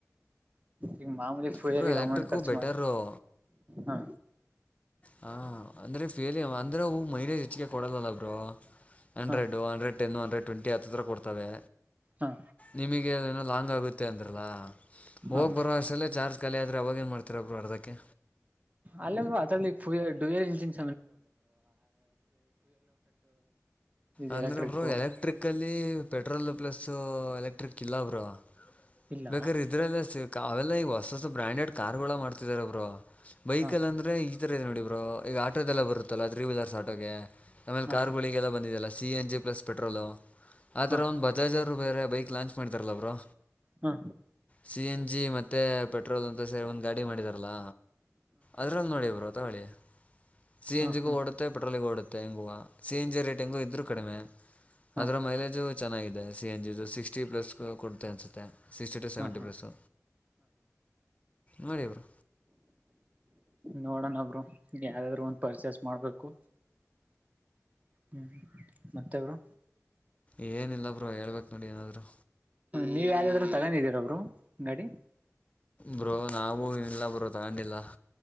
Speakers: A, on the right (about 30°); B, on the left (about 25°).
A: ಈಗ ಮಾಮೂಲಿ ಪುಜಲ್ಲಿ
B: ಬ್ರೋ ಎಲೆಕ್ಟ್ರಿಕ್ಕು
A: ಅಮಂಟ್ ಖರ್ಚು
B: ಬೆಟರು
A: ಮಾಡ ಹ
B: ಹ ಅಂದ್ರೆ ಫೇಲ್ ಅಂದ್ರೆ ಹೂವು ಮೈಲೇಜ್ ಹೆಚ್ಚಿಗೆ ಕೊಡಲವಲ್ಲ ಬ್ರೋ hundred
A: ಹಾ
B: hundred ten hundred twenty ಹತ್ತ ಹತ್ರ ಕೊಡ್ತವೆ
A: ಹಾ
B: ನಿಮಗೆನ ಲಾಂಗ್ ಆಗುತ್ತೆ ಅಂದ್ರಲ್ಲ ಹೋಗ್
A: ಹಾ
B: ಬರುವಷ್ಟ್ರಲ್ಲೇ ಚಾರ್ಜ್ ಕಾಲಿ ಆದ್ರೆ ಅವಾಗ ಏನ್ ಮಾಡ್ತೀರಾ ಬ್ರೋ ಅರ್ಧಕ್ಕೆ
A: ಅಲ್ಲ ಅದ್ರಲ್ಲಿ ಫ್ಯೂಯ ಡುಯಲ್ ಇಂಜಿನ್ ಇದು
B: ಅಂದ್ರೆ
A: ಎಲೆಕ್ಟ್ರಿಕ್
B: ಬ್ರೋ ಎಲೆಕ್ಟ್ರಿಕ್ ಅಲ್ಲಿ ಪೆಟ್ರೋಲ್ ಪ್ಲಸ್ ಎಲೆಕ್ಟ್ರಿಕ್ ಇಲ್ಲ ಬ್ರೋ
A: ಇಲ್ಲ
B: ಬೇಕರೆ ಇದ್ರೆಲ್ಲೆ ಅವೆಲ್ಲ ಈಗ ಹೊಸ ಹೊಸ ಬ್ರಾಂಡೆಡ್ ಕಾರ್ ಗಳ ಮಾಡ್ತಿದಾರೆ ಬ್ರೋ ಬೈಕ್ಲ್
A: ಹಾ
B: ಅಂದ್ರೆ ಈ ತರ ಇ ನೋಡಿ ಈಗ ಆಟೋದೆಲ್ಲ ಬರುತ್ತಲ್ಲಾ ತ್ರೀ ವೀಲರ್ಸ್ ಆಟೋಗೆ ಆಮೇಲೆ
A: ಹಾ
B: ಕಾರ್ಗಳಿಗೆಲ್ಲ
A: ಹಾ
B: ಬಂದಿದಲ್ಲ ಸಿ ಎನ್ಜಿ ಪ್ಲಸ್ ಪೆಟ್ರೋಲ್ ಆ
A: ಹಾ
B: ಥರ ಒಂದು ಬಜಾಜ್ ಅವ್ರು ಬೇರೆ ಬೈಕ್ ಲಾಂಚ್ ಮಾಡಿದಾರಲ್ಲ ಬ್ರೋ
A: ಹಾ
B: ಸಿ ಎನ್ ಜಿ ಮತ್ತೆ ಪೆಟ್ರೋಲ್ ಅಂತ ಸೇರಿ ಒಂದ್ ಗಾಡಿ ಮಾಡಿದಾರಲ್ಲ ಅದ್ರಲ್ಲಿ ನೋಡಿ ರುತ್ತಿ ಸಿ
A: ಹಾ
B: ಎನ್
A: ಹಾ ಹಾ
B: ಜಿಗೂ
A: ಹಾ
B: ಓಡುತ್ತೆ ಪೆಟ್ರೋಲ್ಗ ಓಡುತ್ತೆ ಹೆಂಗೂ ಸಿ ಎನ್ ಜಿ ರೇಟಿಂಗು ಇದ್ರು ಕಡಿಮೆ
A: ಹಾ
B: ಅದ್ರ ಮೈಲೇಜು ಚೆನ್ನಾಗಿದೆ C N G sixty plus ಕೊಡುತ್ತೆ ಅನ್ಸುತ್ತೆ ಸಿಕ್ಸ್ಟಿ
A: ಹಾ
B: ಟು ಸೆವೆಂಟಿ
A: ಹಾ ಹಾ
B: ಪ್ಲಸ್ಸು ನೋಡಿ ಬ್ರೋ
A: ನೋಡೋಣ ಬ್ರೋ ಯಾವಾದ್ರರು ಒಂದು ಪರ್ಚೇಸ್ ಮಾಡ್ಬೇಕು ಹ್ಮ್ ಮತ್ತೆ ಬ್ರೋ
B: ಏನ್ ಇಲ್ಲ ಬ್ರೋ ಹೇಳ್ಬೇಕ್ ನೋಡಿ ಏನಾದ್ರು
A: ನೀವ್ ಯಾರಾದ್ರರು ತಗೊಂಡಿದ್ದೀರ ಬ್ರೋ ಗಾಡಿ
B: ಬ್ರೋ ನಾವು ಇಲ್ಲ ಬ್ರೋ ತಗೊಂಡಿಲ್ಲ